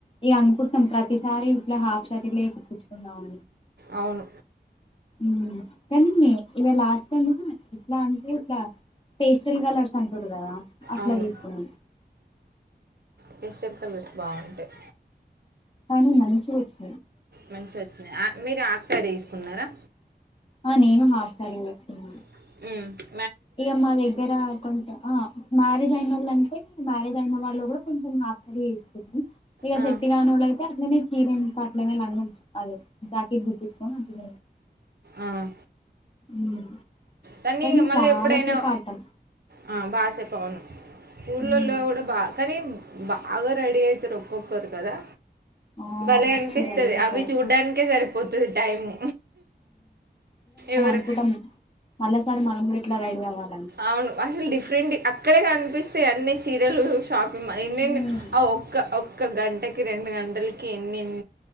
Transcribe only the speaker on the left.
ఇ అనుకుంటాం ప్రతిసారి ఇట్లా హాఫ్ శారీ లే కుట్టించుకుందామని
ఉమ్ కాని ఇల లాస్ట్ టైమ్ ఇట్లా అంటే ఇట్లా పేస్టల్ కలర్స్ అంటురు కదా అట్లా
తీసుకుని
తాని మంచిగోచ్
ఆ నేను మాసారి వేసుకున్నాను
ఇగ మా దగ్గర కొంచెం ఆ మ్యారేజ్ అయిన వాళ్ళంటే మ్యారేజ్ అయిన వాళ్ళు కూడా కొంచెం హాఫ్ శారీ వేసుకుండ్రు ఇగ
సెట్టుకాన్నోళ్లయితే అట్లనే చీర ఇంక అట్లనే లంగం అదె జాకెట్ గుట్టించుకొని అట్లనే
ఉమ్
కానీ
చాలాసేపు
ఆడతం
హ్మ్
ఆ
మస్తు
రెడీ అవుతారు
ముకుటం మల్లసారి మనం కూడ ఇట్ల రెడీ అవ్వాలి
ఉమ్